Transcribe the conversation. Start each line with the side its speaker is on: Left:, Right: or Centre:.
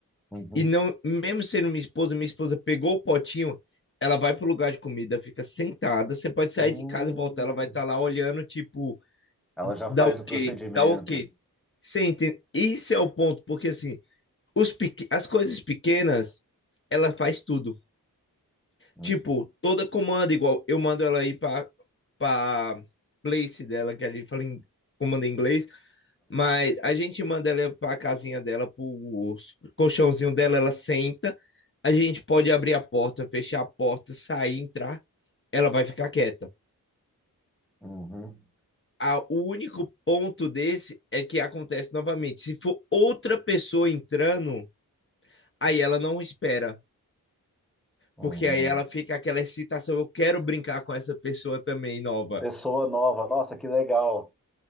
Centre: Uhum.
Left: E não, mesmo sendo minha esposa, minha esposa pegou o potinho, ela vai pro lugar de comida, fica sentada. Você pode sair
Centre: Hum.
Left: de casa e voltar, ela vai estar lá olhando, tipo,
Centre: Ela já faz
Left: dá ok,
Centre: o procedimento.
Left: dá ok. Você entende? Isso é o ponto, porque assim, os pequ... as coisas pequenas, ela faz tudo.
Centre: Uhum.
Left: Tipo, toda comanda igual, eu mando ela ir pra, pra place dela, que a gente fala em comando em inglês, mas a gente manda ela pra casinha dela, pro colchãozinho dela, ela senta. A gente pode abrir a porta, fechar a porta, sair, entrar. Ela vai ficar quieta.
Centre: Uhum.
Left: A, o único ponto desse é que acontece novamente. Se for outra pessoa entrando, aí ela não espera.
Centre: Uhum.
Left: Porque aí ela fica aquela excitação. Eu quero brincar com essa pessoa também nova.
Centre: Pessoa nova, nossa, que legal.